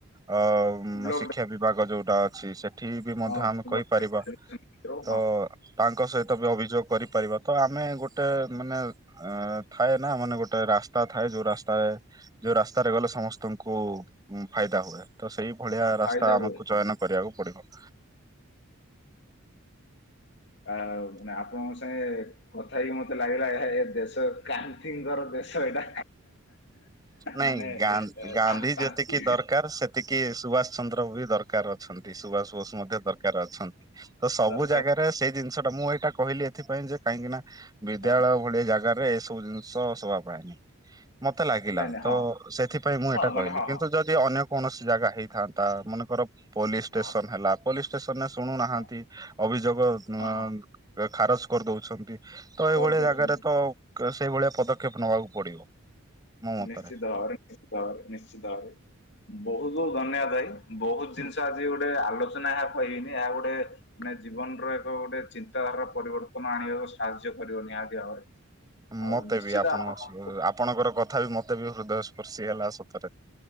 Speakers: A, on the right; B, on the left.
A: ଅ ଉଁ
B: ବ୍ଲକ
A: ଶିକ୍ଷା ବିଭାଗ ଯୋଉ। ଟା ଅଛି ସେଠି ବି ମଧ୍ୟ
B: ହଁ
A: ଆମେ
B: ହଁ
A: କହିପାରିବା ତ ତାଙ୍କ ସହିତ ବି ଅଭିଯୋଗ କରିପାରିବା ତ ଆମେ ଗୋଟେ ମାନେ ଆଁ ଥାଏ ନା ମାନେ ଗୋଟେ ରାସ୍ତା ଥାଏ, ଯୋଉ ରାସ୍ତାରେ ଯୋଉ ରାସ୍ତାରେ ଗଲେ ସମସ୍ତଙ୍କୁ ଫାଇଦା ହୁଏ ତ ସେଇ ଭଳିଆ ରାସ୍ତା
B: ଫାଇଦା
A: ଆମକୁ
B: ହୁଏ
A: ଚୟନ
B: ହଁ
A: କରିବାକୁ ପଡିବ।
B: ଆ ମାନେ ଆପଣଙ୍କ ସାଙ୍ଗେ କଥା ହେଇକି ମତେ ଲାଗିଲା, ଏହା ଏ ଦେଶ ଗାନ୍ଧିଙ୍କର ଦେଶ ଏଇଟା।
A: ନାଇଁ
B: ମାନେ
A: ଗାନ୍ଧୀ
B: ଏ
A: ଗାନ୍ଧୀ
B: ଶା ଶାନ୍ତି
A: ଯେତିକି ଦରକାର, ସେତିକି ସୁଭାଷ ଚନ୍ଦ୍ର ବି ଦର୍ କାର ଅଛନ୍ତି, ସୁବାସ ବୋଷ ମଧ୍ୟ ଦରକାର ଅଛନ୍ତି। ତ ସବୁ
B: ଦରକାର
A: ଜାଗାରେ ସେଇ ଜିନିଷ ଟା ମୁଁ ଏଇଟା କହିଲି ଏଥିପାଇଁ ଯେ କାହିଁକି ନା, ବିଦ୍ୟାଳୟ
B: ହଁ
A: ଭଳି ଜାଗାରେ କୋଉ ଜିନିଷ ଶୋଭା ପାଏନି ମତେ ଲାଗିଲା,
B: ନାଇଁ ନାଇଁ
A: ତ
B: ହଁ
A: ସେଥିପାଇଁ ମୁଁ ଏଇଟା
B: ହଁ
A: କହିଲି।
B: ମାନେ ହଁ
A: କିନ୍ତୁ
B: ହଁ
A: ଯ ଦି ଅନ୍ୟ କୌଣସି ଜାଗା ହେଇଥାନ୍ତା, ମନେକର ପୋଲିସ ଷ୍ଟେସନ
B: ହଁ ହଁ।
A: ହେଲା ପୋଲିସ ଷ୍ଟେସନରେ ଶୁଣୁନାହାନ୍ତି,
B: ହଁ
A: ଅଭିଯୋଗ ଉଁ
B: ହଁ ହଁ
A: ଖାରଜ କରିଦଉଛନ୍ତି। ତ ଏଇଭଳିଆ
B: କରିଦଉଛନ୍ତି
A: ଜାଗାରେ ତ କ-ସେଇଭଳିଆ ପଦକ୍ଷେପ ନବାକୁ ପଡିବ। ମୋ ମତରେ।
B: ନିଶ୍ଚିତ ଭାବରେ ନିଶ୍ଚିତ ଭାବରେ ନିଶ୍ଚିତ ଭାବରେ। ବହୁତ ଧନ୍ୟବାଦ ଭାଇ। ବହୁତ ଜିନିଷ ଆଜି ଗୋଟେ ଆଲୋଚନା ଏହା କହିବିନି, ଏହା ଗୋଟେ ମାନେ ଜୀବନର ଏକ ଗୋଟେ ଚିନ୍ତାଧାରା ପରିବର୍ତ୍ତନ ଆଣିବାକୁ ସାହାଯ୍ୟ କରିବ ନିହାତି ଭାବରେ। ଆଉ
A: ମତେ
B: ନିଶ୍ଚିତ
A: ବି ଆପଣଙ୍କ
B: ଆପଣଙ୍କୁ
A: ସ-ଆପଣଙ୍କର କଥା ବି ମତେ ବି ହୃଦୟ ସ୍ପର୍ଶୀ ହେଲା ସତରେ।